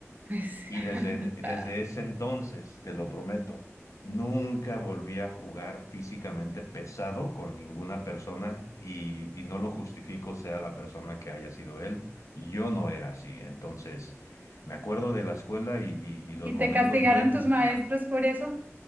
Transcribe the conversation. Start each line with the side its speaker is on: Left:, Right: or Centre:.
Right: Pues,
Left: y desde, desde
Right: <laughs>
Left: ese entonces, te lo prometo, nunca volví a jugar físicamente pesado con ninguna persona y, y no lo justifico, sea la persona que haya sido él. Yo no era así. Entonces, me acuerdo de la escuela y, y- y los
Right: ¿Y
Left: momentos
Right: te castigaron
Left: buenos
Right: tus maestros
Left: y malos.
Right: por eso?